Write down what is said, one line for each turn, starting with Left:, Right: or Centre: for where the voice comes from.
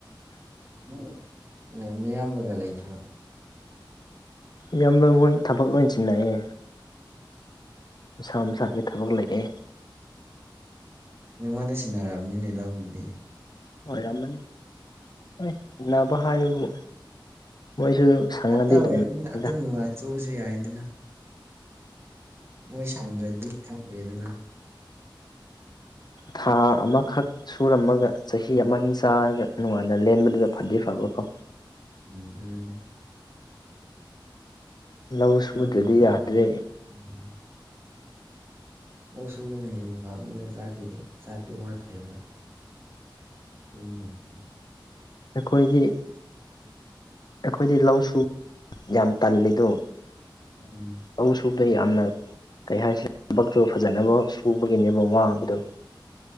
Right: ꯎ ꯅꯌꯥꯝꯕꯒ ꯂꯩꯇ꯭ꯔꯣ
Left: ꯌꯥꯝꯅ ꯃꯣꯏ ꯊꯕꯛ ꯂꯣꯏ ꯆꯤꯟꯅꯑꯦ ꯃꯁꯥ ꯃꯁꯥꯒꯤ ꯊꯕꯛ ꯂꯩꯑꯦ
Right: ꯅꯪꯉꯣꯟꯗ ꯁꯤꯟꯅꯔꯛꯑꯕꯅꯤꯅꯦ ꯂꯧꯒꯤꯗꯤ
Left: ꯑꯣꯏꯔꯝꯃꯅꯤ ꯍꯣꯏ ꯁꯤꯅꯕ ꯍꯥꯏꯌꯨꯕꯨ ꯃꯣꯏꯁꯨ ꯁꯪꯉꯗꯤꯦ
Right: ꯏꯊꯟꯇ ꯑꯣꯏꯕꯅꯤꯅ
Left: ꯑꯗꯨꯝꯗ
Right: ꯑꯗꯨꯝ ꯅꯨꯡꯉꯥꯏꯊꯣꯛꯎꯕꯁꯨ ꯌꯥꯏꯗꯅ ꯃꯣꯏ ꯁꯪꯗ꯭ꯔꯗꯤ ꯈꯪꯗꯦ ꯑꯗꯨꯅ
Left: ꯊꯥ ꯑꯃꯈꯛ ꯁꯨꯔꯝꯃꯒ ꯆꯍꯤ ꯑꯃꯅꯤꯅꯤ ꯆꯥꯔꯒ ꯅꯨꯡꯉꯥꯏ ꯂꯦꯟꯦꯟꯕꯗꯨ ꯐꯗꯤ ꯐꯕ ꯀꯣ
Right: ꯎꯝ ꯑꯗꯨꯅꯤ
Left: ꯂꯧ ꯁꯨꯗ꯭ꯔꯗꯤ
Right: ꯂꯧꯒꯤ ꯃꯇꯝꯗꯗꯤ
Left: ꯌꯥꯗ꯭ꯔꯦ
Right: ꯎꯝ ꯂꯧ ꯁꯨꯕꯅ ꯍꯦꯟꯅ ꯐꯥꯕꯅꯤꯅ ꯆꯥꯛꯈꯤꯗꯦ ꯆꯥꯛꯇꯤ ꯋꯥꯠꯇ꯭ꯔꯦꯕ <inaudible>
Left: ꯑꯩꯈꯣꯏꯒꯤ ꯑꯩꯈꯣꯏꯗꯤ ꯂꯧꯁꯨ ꯌꯥꯝ ꯇꯜꯂꯤꯗꯣ
Right: ꯎꯝ
Left: ꯂꯧ ꯐ꯭ꯔꯨꯞꯗ ꯌꯥꯝꯅ ꯀꯩ ꯍꯥꯏꯁꯤꯦ ꯊꯕꯛꯇꯨ ꯐꯖꯅꯕ ꯁꯨꯕꯒꯤꯅꯦꯕ ꯋꯥꯕꯗꯣ